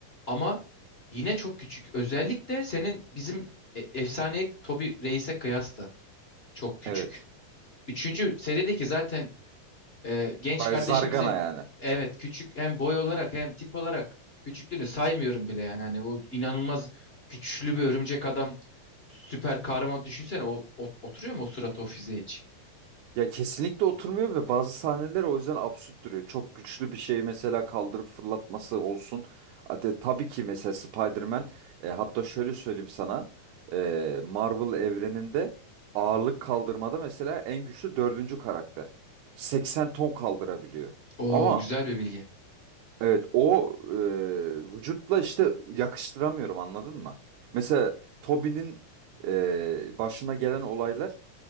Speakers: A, on the left; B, on the right.
A: Ama yine çok küçük. Özellikle senin bizim e- efsane Toby Reis'e kıyasla çok küçük.
B: Evet.
A: Üçüncü serideki zaten ee, genç
B: Baya
A: kardeşimizin
B: zargana yani.
A: evet küçük hem boy olarak hem tip olarak küçüklüğünü saymıyorum bile yani hani o inanılmaz güçlü bir örümcek adam süper kahraman düşünsene o ot- oturuyor mu o suratı o fiziğe hiç?
B: Ya kesinlikle oturmuyor ve bazı sahneler o yüzden absürt duruyor. Çok güçlü bir şeyi mesela kaldırıp fırlatması olsun. Hatta tabii ki mesela Spider-Man e, hatta şöyle söyleyeyim sana. e, Marvel evreninde ağırlık kaldırmada mesela en güçlü dördüncü karakter. 80 ton kaldırabiliyor.
A: Oo
B: Ama
A: güzel bir bilgi.
B: Evet o e, vücutla işte yakıştıramıyorum anladın mı? Mesela Toby'nin e, başına gelen olaylar